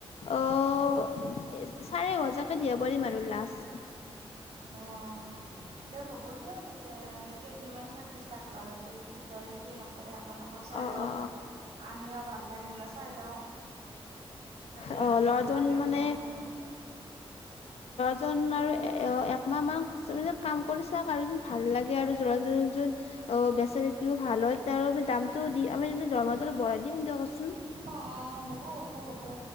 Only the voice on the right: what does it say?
অ দে হ'ব দিয় নাতে কেইদিনমান থাকিছা ক লাৰত কি কৰে কি নকৰে আপোনালোকেও চাই
লওক,
আমিও ভাল লাগে নে চাই লওঁ যদি
আৰু
ভাল
লাগে
দোকানখনত
অ অ হ'ব হ'ব হ'ব